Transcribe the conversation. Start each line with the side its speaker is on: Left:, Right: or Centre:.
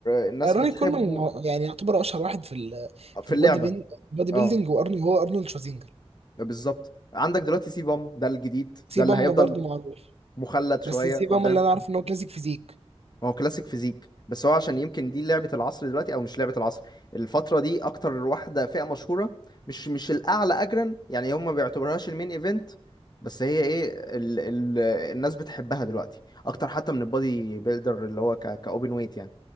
Left: آه، الناس
Right: راي
Left: بتحبه
Right: كولمان مع- يعني يعتبر اشهر واحد في ال في
Left: في
Right: البادي
Left: اللعبة
Right: بين بادي
Left: اه
Right: بيلدينج وارنولد هو ارنولد شوازينجر
Left: بالظبط عندك دلوقتي سي بام ده الجديد
Right: سيب
Left: ده اللي
Right: اما
Left: هيفضل
Right: برضه معروف
Left: مخلد شويه
Right: بس سيب
Left: قدام
Right: اما اللي انا عارف ان هو كلاسيك فيزيك
Left: ما هو كلاسيك فيزيك بس هو عشان يمكن دي لعبه العصر دلوقتي او مش لعبه العصر الفتره دي اكتر واحده فئه مشهوره مش مش الاعلى اجرا يعني هم ما بيعتبرهاش المين ايفنت بس هي ايه ال ال الناس بتحبها دلوقتي اكتر حتى من البادي بيلدر اللي هو ك كاوبن ويت يعني